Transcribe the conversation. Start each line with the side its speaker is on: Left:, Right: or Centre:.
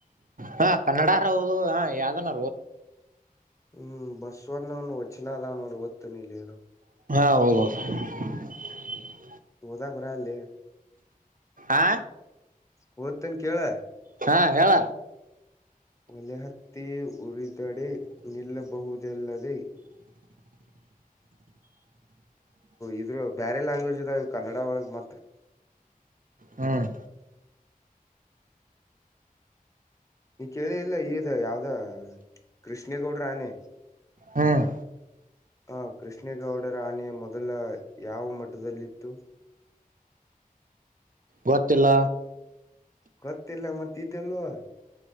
Right: ಹಾ ಕನ್ನಡಾರ ಹೌದು ಹಾ ಯಾವ್ದನ..
Left: ಹ್ಮ್ ಬಸ್ವವನ್ನುವನ್ನು ವಚ್ನದ ನೋಡಿ ಹೊತ್ತು ನೀಲ್ಲರ..
Right: <inaudible>
Left: ಓದಕ್ ಬರಲ್ಲೇ ಅಲ್ಲ.
Right: ಆ
Left: ಪತ್ತನ್ ಕೆಲ.
Right: ಹಾ ಹೇಳ.
Left: ಒಲೆ ಹತ್ತಿ ಉರಿದಡೆ ನಿಲ್ಲಬಹುದು. ಇಲ್ಲದೆ. ಇದರಲ್ಲಿ ಬೇರೆ ಲ್ಯಾಂಗ್ವೇಜ್ ಇದೆ ಕನ್ನಡ ಒಳಗ್ ಮತ್ತೆ..
Right: ಹ್ಮ್.
Left: ಕೇಳೆ ಇಲ್ಲ ಇದು ಯಾವುದು. ಕೃಷ್ಣಗೌಡ ಆನೆ
Right: ಹ್ಮ್ಮ್.
Left: ಹ ಕೃಷ್ಣೇಗೌಡರ ಆನೆ ಮೊದಲು ಯಾವ ಮಠದಲ್ಲಿತ್ತು
Right: ಗೊತ್ತಿಲ್ಲ
Left: ಗೊತ್ತಿಲ್ಲ ಮತ್ತೆ ಇದೆಲ್ಲೋ